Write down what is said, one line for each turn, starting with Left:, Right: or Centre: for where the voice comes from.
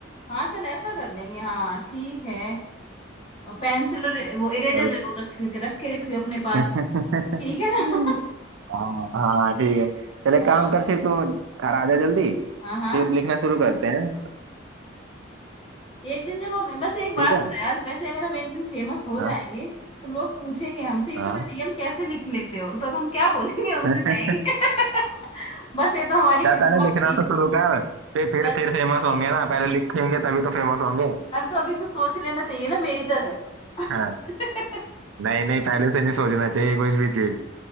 Left: हाँ चल ऐसा कर लेंगे हाँ ठीक है और पेंसिल और वो इरेजर
Right: चल
Left: जरूर रख रख के रखियो अपने
Right: <laughs>
Left: पास ठीक है ना <laughs>
Right: हाँ हाँ ठीक है चले
Left: हाँ
Right: काम कर फिर तू घर आ जा जल्दी
Left: हाँ हाँ
Right: फिर लिखना शुरू करते हैं
Left: एक दिन जब हम बस एक बात
Right: ठीक है
Left: बता यार वैसे अगर हम एक दिन फेमस हो
Right: हाँ
Left: जाएंगे तो लोग पूछेंगे हमसे इतना
Right: हाँ
Left: रियल कैसे लिख लेते हो तब हम क्या बोलेंगे उनसे
Right: <laughs>
Left: कहेंगे <laughs> बस ये तो हमारी
Right: क्या
Left: किस्मत
Right: पहले लिखना
Left: थी
Right: तो शुरू कर फिर फिर
Left: चल
Right: फिर फेमस होंगे ना पहले लिखेंगे तभी तो फेमस होंगे
Left: अरे तो अभी से सोच लेना चाहिए ना मेरी तरह
Right: हाँ
Left: <laughs>
Right: नहीं नहीं पहले से नहीं सोचना चाहिए कोई भी चीज